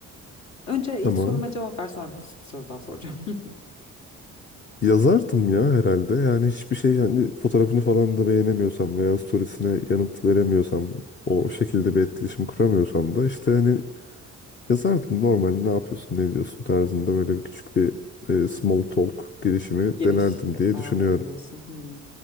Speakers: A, on the left (about 65°); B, on the left (about 35°).
A: Önce ilk
B: tamam.
A: soruma cevap ver sonra bir, bir soru daha soracağım. <laughs>
B: Yazardım ya herhalde. Yani hiçbir şey yani fotoğrafını falan da beğenemiyorsam veya storiesine yanıt veremiyorsam o şekilde bir etkileşim kuramıyorsam da işte hani yazardım normal ne yapıyorsun ne ediyorsun tarzında böyle bir küçük bir e, small talk girişimi
A: Giriş
B: denerdim
A: yapardım
B: diye düşünüyorum.
A: diyorsun. Hmm.